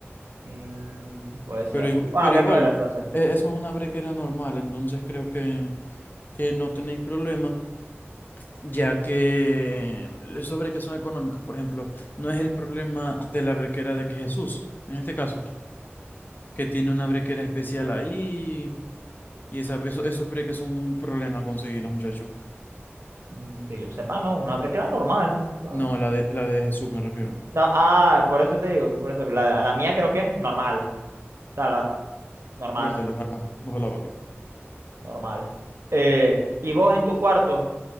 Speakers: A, on the right; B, on the left.
A: Mm, puede ser.
B: Pero, igu-
A: Bueno,
B: pero
A: habría
B: igual,
A: que ver entonces.
B: e- eso es una brequera normal, entonces creo que, que no tenéis problema, ya que los sobre que son económicos, por ejemplo, no es el problema de la brequera de que Jesús, en este caso, que tiene una brequera especial ahí, y esa, eso, esos breques son un problema conseguirlos, muchachos.
A: Mm, Que yo sepa, no, una brecla normal. o sea,
B: No, la de, la de Jesús me refiero.
A: no, ah, por eso te digo, por eso, la, la mía creo que es normal. O sea, la- normal,
B: Vértelo, ojalá, ojalá, papi.
A: normal. Eh, ¿y vos en tu cuarto?